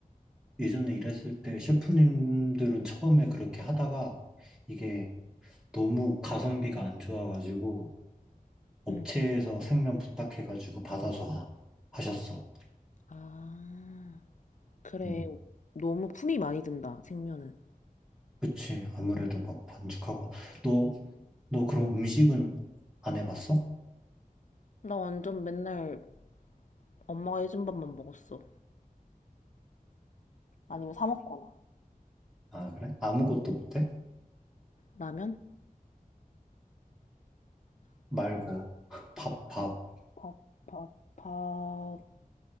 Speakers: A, in the centre; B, on the left.
A: 예전에 일했을 때 셰프님들은 처음에 그렇게 하다가 이게 너무 가성비가 안 좋아가지고 업체에서
B: 응.
A: 생면 부탁해가지고 받아서 하, 하셨어.
B: 아, 그래.
A: 음,
B: 너무 품이 많이 든다, 생면은.
A: 그치. 아무래도 막 반죽하고. 너, 너 그럼 음식은 안 해봤어?
B: 나 완전 맨날 엄마가 해준 밥만 먹었어. 아니면 사 먹거나.
A: 아, 그래? 아무것도 못해?
B: 라면?
A: 말고. 밥, 밥.
B: 밥, 밥, 밥,